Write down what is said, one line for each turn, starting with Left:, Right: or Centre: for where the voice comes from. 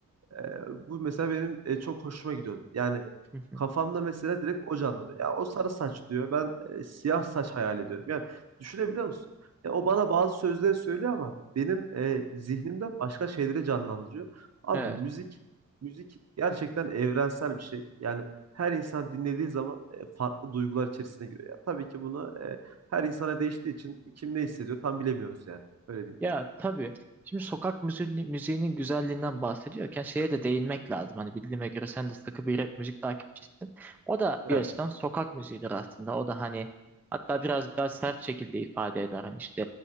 Right: Ee, bu mesela benim e, çok hoşuma gidiyordu. Yani
Centre: <laughs>
Right: kafamda mesela direkt o canlanıyor. Ya o sarı saç diyor. Ben e, siyah saç hayal ediyorum. Yani düşünebiliyor musun? Ya o bana bazı sözleri söylüyor ama benim e, zihnimde başka şeyleri canlandırıyor. Abi
Centre: Evet.
Right: müzik müzik gerçekten evrensel bir şey. Yani her insan dinlediği zaman e, farklı duygular içerisine giriyor. Ya tabii ki bunu e, her insana değiştiği için kim ne hissediyor tam bilemiyoruz yani. Öyle değil.
Centre: Ya tabii. Şimdi sokak müziği, müziğinin güzelliğinden bahsediyorken şeye de değinmek lazım. Hani bildiğime göre sen de sıkı bir rap müzik takipçisin. O da
Right: Evet.
Centre: bir açıdan sokak müziğidir aslında. O da hani hatta birazcık daha sert şekilde ifade eder. Hani işte